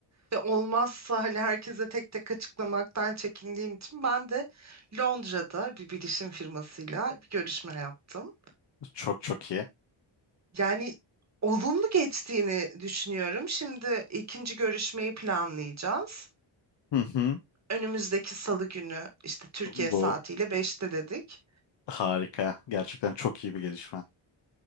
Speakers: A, on the right; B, on the left.
A: ve olmazsa hani herkese tek tek açıklamaktan çekindiğim için ben de Londra'da bir bilişim firmasıyla bir görüşme yaptım.
B: Çok çok iyi.
A: Yani olumlu geçtiğini düşünüyorum. Şimdi ikinci görüşmeyi planlayacağız.
B: Hı hı.
A: Önümüzdeki salı günü işte Türkiye
B: Bu
A: saatiyle beşte dedik.
B: harika. Gerçekten çok iyi bir gelişme.